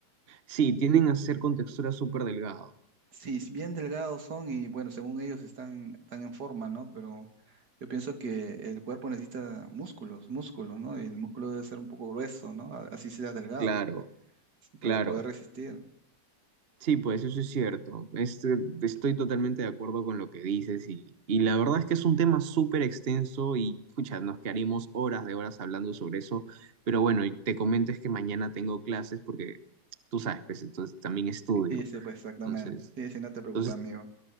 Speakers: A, on the right; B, on the right.
A: Sí, tienden a ser con textura súper delgada.
B: Sí, es bien delgados son y bueno, según ellos están, están en forma, ¿no? Pero yo pienso que el cuerpo necesita músculos, músculos, ¿no? Y el músculo debe ser un poco grueso, ¿no? A- Así sea delgado,
A: Claro, claro.
B: para poder resistir.
A: Sí, pues eso es cierto. Este, estoy totalmente de acuerdo con lo que dices y, y la verdad es que es un tema súper extenso y pucha, nos quedaríamos horas de horas hablando sobre eso, pero bueno, y te comento es que mañana tengo clases porque tú sabes, pues entonces también estudio.
B: Sí, sí, pues exactamente.
A: Entonces,
B: Sí, sí, no te preocupes,
A: entonces
B: amigo.